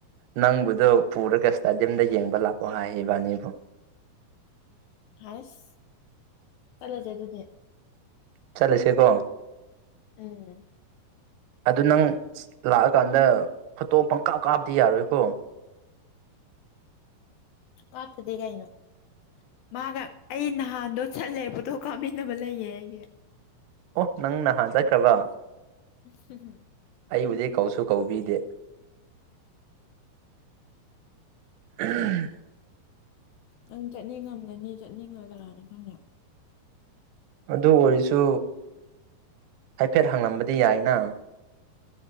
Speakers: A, on the right; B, on the left.
A: ꯅꯪꯕꯨꯗꯣ ꯄꯨꯔꯒ ꯏꯁꯇꯥꯗꯤꯌꯝꯗ ꯌꯦꯡꯕ ꯂꯥꯛꯑꯣ ꯍꯥꯏ ꯏꯕꯥꯅꯤꯕꯨ
B: ꯍꯥꯏꯥꯏꯁ ꯆꯂꯦ ꯆꯥꯏ ꯑꯗꯨꯗꯤ
A: ꯆꯠꯂꯁꯦꯀꯣ
B: ꯎꯝ
A: ꯑꯗꯨ ꯅꯪ ꯂꯥꯛꯑꯀꯥꯟꯗ ꯐꯣꯇꯣ ꯄꯪꯀꯥꯞ ꯀꯥꯞꯗꯤ ꯌꯥꯔꯣꯏꯀꯣ
B: ꯀꯠꯇꯗꯤ ꯀꯅꯣ ꯃꯥꯒ ꯑꯩ ꯅꯍꯥꯟꯗꯣ ꯆꯠꯂꯦ ꯄꯨꯣꯊꯣꯛ ꯀꯥꯞꯃꯤꯟꯅꯕ ꯂꯩꯌꯦ ꯑꯩꯒꯤ
A: ꯑꯣ ꯅꯪꯅꯍꯖꯈ꯭ꯔꯕ
B: <inaudible>
A: ꯑꯩꯕꯨꯗꯤ ꯀꯧꯁꯨ ꯀꯧꯕꯤꯗꯦ <inaudible>
B: ꯅꯪ ꯆꯠꯅꯤꯡꯉꯝꯒꯅꯤ ꯆꯠꯅꯤꯡꯉꯣꯏ ꯀꯔꯥꯅꯪ ꯈꯪꯉ
A: ꯑꯗꯨ ꯑꯣꯏꯔꯁꯨ ꯍꯥꯏꯐꯦꯠ ꯍꯪꯂꯝꯕꯗꯤ ꯌꯥꯏꯅ